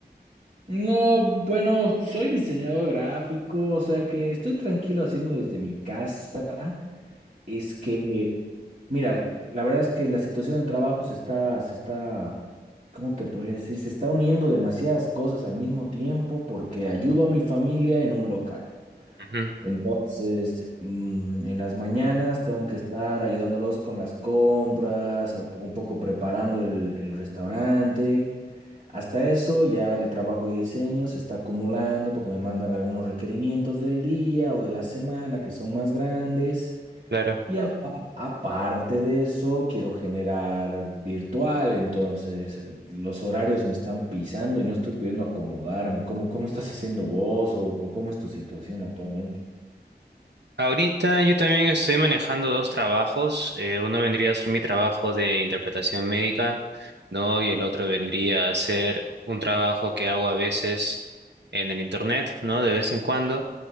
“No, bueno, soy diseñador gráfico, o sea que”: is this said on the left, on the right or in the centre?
Right